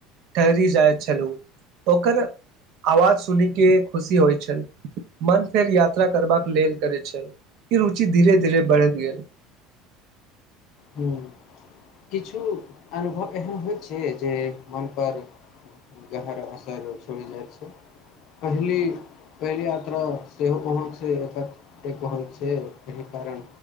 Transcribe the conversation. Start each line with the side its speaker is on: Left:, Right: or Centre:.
Right: ठहरी जाइत छलहुँ ओकर आवाज सुनिकेँ खुशी होइत छल मन फेर यात्रा करबाक लेल करैत छल ई रुचि धीरे धीरे बढ़ैत गेल
Left: हूँ किछु अनुभव एहन होइत छै जे मनपर गहरा असर छोड़ि जाइत छै पहिलि पहिल यात्रा सेहो वहाँसँ एकत्र होइत छै एहि कारण